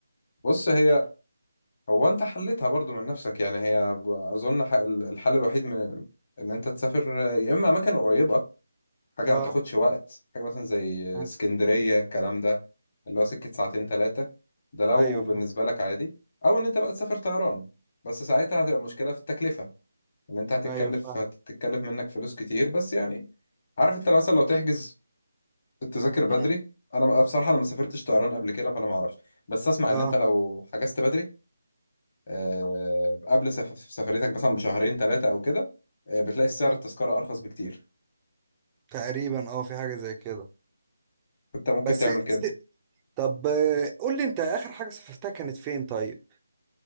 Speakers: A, on the left; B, on the right.
A: بص هي هو انت حلتها برضو من نفسك يعني هي ب- اظن ح- الحل الوحيد من ان انت تسافر يا اما اماكن قريبه حاجه
B: اه
A: ما تاخدش وقت حاجه مثلا زي
B: آه،
A: اسكندريه الكلام ده اللي هو سكه ساعتين ثلاثه ده لو
B: ايوه
A: بالنسبه
B: فاهم
A: لك عادي او ان انت بقى تسافر طيران بس ساعتها هتبقى مشكله في التكلفه ان انت هتتكلف
B: ايوه فاهم
A: هتتكلف منك فلوس كتير بس يعني عارف انت لو مثلا لو تحجز التذاكر بدري
B: مم،
A: انا بصراحه انا ما سافرتش طيران قبل كده فانا ما اعرفش بس اسمع ان
B: اه
A: انت لو حجزت بدري آه، قبل سف- سفريتك مثلا بشهرين ثلاثة أو كده آه، بتلاقي سعر
B: مم،
A: التذكرة أرخص بكتير
B: تقريبا اه في حاجة زي كده
A: أنت ممكن
B: بس
A: تعمل كده
B: س- طب آه، قول لي انت اخر حاجة سافرتها كانت فين طيب